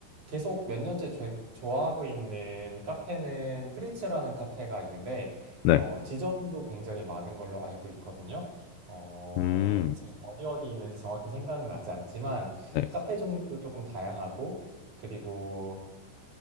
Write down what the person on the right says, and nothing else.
계속 몇 년째 조- 좋아하고 있는 카페는 프리츠라는 카페가 있는데,
어, 지점도 굉장히 많은 걸로 알고 있거든요. 어,
지금 어디 어디 있는지 정확히 생각은 나지 않지만,
카페 종류도 조금 다양하고, 그리고